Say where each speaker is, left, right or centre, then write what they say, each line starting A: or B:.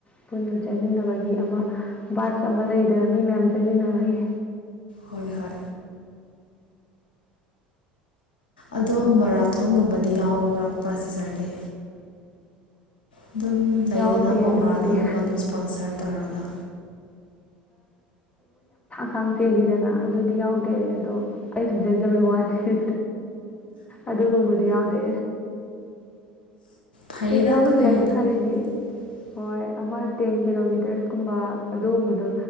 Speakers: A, on the left; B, on the left.
A: ꯄꯨꯟꯅ ꯆꯦꯟꯃꯤꯟꯅꯕꯒꯤ ꯑꯃ ꯕꯥꯛ ꯑꯃ ꯂꯩꯗꯅ ꯃꯤ ꯃꯌꯥꯝ ꯆꯦꯟꯃꯤꯟꯅꯕꯒꯤ
B: ꯍꯣꯏ ꯍꯣꯏ ꯑꯗꯣ ꯃꯔꯥꯊꯣꯟꯒꯨꯝꯕꯗꯤ ꯌꯥꯎꯔꯛꯄ꯭ꯔꯥ ꯁꯤꯦꯖꯔꯗꯤ ꯑꯗꯨꯝ ꯂꯩꯗꯅꯀꯣ
A: ꯌꯥꯎꯗꯦ ꯑꯗꯨꯕꯨꯗꯤ
B: ꯃꯔꯥꯊꯣꯟꯒꯨꯝꯕ ꯑꯗꯨꯝ ꯏꯁꯄꯣꯟꯁꯔ ꯇꯧꯔꯒ
A: ꯛ ꯀꯥꯡ ꯆꯦꯟꯜꯂꯤꯗꯅ ꯑꯗꯨꯗꯤ ꯌꯥꯎꯗꯦ ꯑꯗꯣ ꯑꯩ ꯁꯨꯝ ꯆꯟꯖꯕꯩ ꯋꯥꯅꯤ ꯑꯗꯨꯒꯨꯝꯕꯗꯤ ꯌꯥꯎꯗꯦ
B: ꯐꯩꯌꯦꯗ
A: ꯑꯩ ꯌꯥ
B: ꯑꯗꯨꯅ
A: ꯍꯧꯁꯤ ꯀꯥꯏꯗꯤ
B: ꯍꯦꯟꯅ
A: ꯈꯔꯅꯤ
B: <inaudible> <unintelligible>
A: ꯍꯣꯏ ꯑꯃ ꯇꯦꯟ ꯀꯤꯂꯣꯃꯤꯇꯔꯁꯀꯨꯝꯕ ꯑꯗꯨꯒꯨꯝꯕꯗꯣ